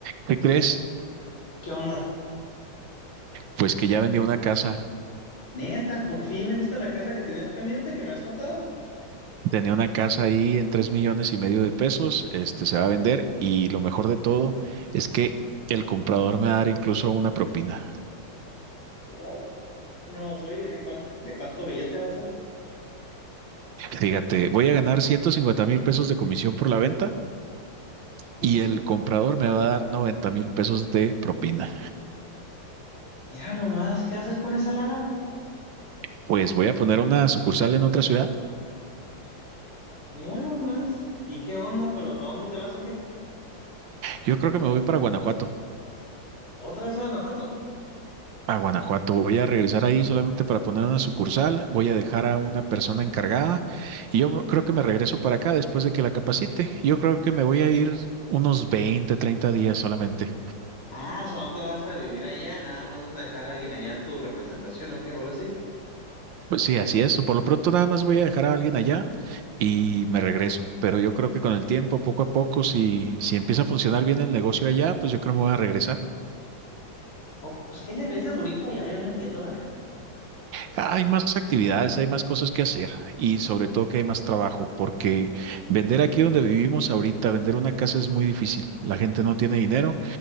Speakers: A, on the right (about 70°); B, on the left (about 75°).
A: ¿Qué crees?
B: ¿Qué onda?
A: Pues que ya vendió una casa.
B: Neta, por fin vendiste la casa que tenías pendiente, que me has contado.
A: Tenía una casa ahí en tres millones y medio de pesos. Este se va a vender y lo mejor de todo es que el comprador me va a dar incluso una propina.
B: Oh, no, oye, ¿de cuánto, de cuánto billete va a ser?
A: Fíjate, voy a ganar ciento cincuenta mil pesos de comisión por la venta
B: Pues
A: y
B: su
A: el
B: madre.
A: comprador me va a dar noventa mil pesos de propina.
B: Mira nomás, ¿qué hacer con esa lana?
A: Pues voy a poner una sucursal en otra ciudad.
B: Mira nomás. ¿Y qué onda? ¿Pero para dónde te vas o qué?
A: Yo creo que me voy para Guanajuato.
B: ¿Otra vez a Guanajuato?
A: a Guanajuato. Voy a regresar ahí solamente para poner una sucursal, voy a dejar a una persona encargada y yo creo que me regreso para acá después de que la capacite. Yo creo que me voy a ir unos 20 30 días solamente.
B: Ah, o sea, no te vas a vivir allá, nada más vas a dejar a alguien allá tu representación o qué, o algo así.
A: Pues sí, así es. Por lo pronto nada más voy a dejar a alguien allá y me regreso. Pero yo creo que con el tiempo, poco a poco, si, si empieza a funcionar bien el negocio allá, pues yo creo que me voy a regresar.
B: ¿A poco? Pues, ¿qué le ves de bonito allá? Yo no entiendo, la neta.
A: Hay más actividades, hay más cosas que hacer y sobre todo que hay más trabajo, porque vender aquí donde vivimos ahorita, vender una casa es muy difícil. La gente no tiene dinero,